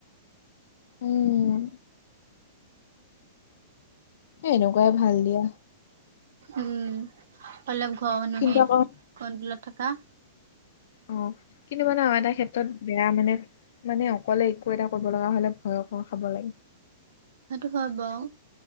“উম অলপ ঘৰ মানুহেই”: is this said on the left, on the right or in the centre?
Right